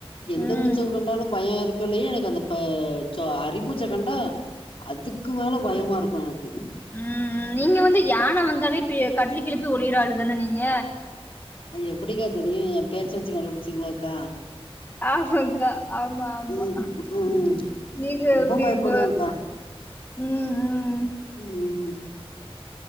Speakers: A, on the left; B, on the left.
A: எந்த
B: ம்
A: ஊச்சவு கன்டாலு பய இருக் கொல்லயே எனக்கு அந்த ப சோ அரிப்பூச்ச கண்டா அதுக்கு மேல பயமாருக்கு எனக்கு
B: ம் ம் நீங்க வந்து யான வந்தாலே பிய கட்லு கீல போய் ஒலிய்ற ஆளு தான நீங்க
A: எப்புடிக்கா தெரியு எ பேச் வச்சு கண்டுபுடுச்சீங்ளோக்கா
B: ஆமக்கா ஆமா ஆமா
A: ம் ம்
B: நீங்க
A: ரொம்ப
B: எவ்வுடி
A: பயப்படுவங்க்கா
B: ப ம் ம்
A: ம் ம்